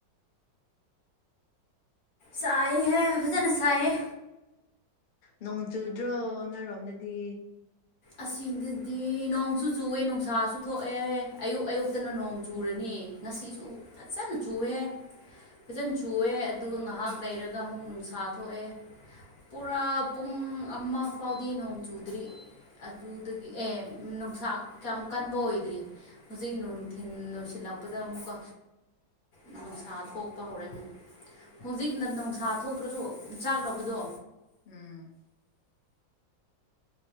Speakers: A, on the left (about 55°); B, on the left (about 70°).
A: ꯁꯥꯏꯍ‌ꯦ ꯐꯖꯅ ꯁꯥꯏꯌꯦ
B: ꯅꯣꯡ ꯆꯨꯗ꯭ꯔꯣ ꯅꯣꯏꯔꯣꯝꯗꯗꯤ
A: ꯑꯁꯤꯗꯗꯤ ꯅꯣꯡꯁꯨ ꯆꯨꯑꯦ ꯅꯨꯡꯁꯥꯁꯨ ꯊꯣꯛꯑꯦ ꯑꯌꯨꯛ ꯑꯌꯨꯛꯇꯅ ꯅꯣꯡ ꯆꯨꯔꯅꯤ ꯉꯁꯤꯁꯨ ꯐꯖꯅ ꯆꯨꯑꯦ ꯐꯖꯟ ꯆꯨꯑꯦ ꯑꯗꯨꯒ ꯉꯥꯏꯍꯥꯛ ꯂꯩꯔꯒ ꯑꯃꯨꯛ ꯅꯨꯡꯁꯥ ꯊꯣꯛꯑꯦ ꯄꯨꯔꯥ ꯄꯨꯡ ꯑꯃ ꯐꯥꯎꯗꯤ ꯅꯣꯡ ꯆꯨꯗ꯭ꯔꯤ ꯑꯗꯨꯗꯒꯤ ꯑꯦ ꯅꯨꯡꯁꯥ ꯀꯌꯥꯝ ꯀꯟꯕ ꯑꯣꯏꯗ꯭ꯔꯤ ꯍꯧꯖꯤꯛ ꯅꯨꯡꯊꯤꯟ ꯅ‌ꯣꯏꯁꯤꯜꯂꯛꯄꯗ ꯑꯃꯨꯛꯀ ꯅꯨꯡꯁꯥ ꯊꯣꯛꯄ ꯍꯧꯔꯦ ꯑꯃꯨꯛ ꯍꯧꯖꯤꯛꯅ ꯅꯨꯡꯁꯥ ꯊꯣꯛꯇ꯭ꯔꯁꯨ ꯎꯝꯆꯥꯛꯅꯕꯗꯣ
B: ꯎꯝ